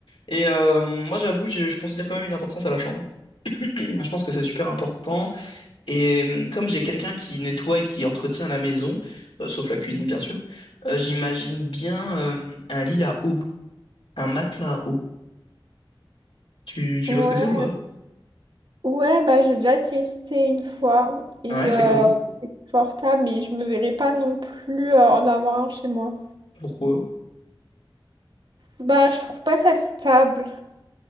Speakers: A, on the left (about 85°); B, on the right (about 60°).
A: Et euh, moi, j'avoue, je, je considère quand même une importance à la chambre. <clears throat> Je pense que c'est super important. Et euh, comme j'ai quelqu'un qui nettoie et qui entretient la maison, euh, sauf la cuisine bien sûr, euh, j'imagine bien euh, un lit à eau, un matelas à eau. Tu, tu
B: Mm.
A: vois ce que
B: Ouais.
A: c'est ou pas?
B: Ouais, bah j'ai déjà testé une fois et
A: Ouais, c'est
B: euh,
A: comment?
B: portable, mais je me verrais pas non plus euh, en avoir un chez moi.
A: Pourquoi?
B: Bah, je trouve pas ça stable.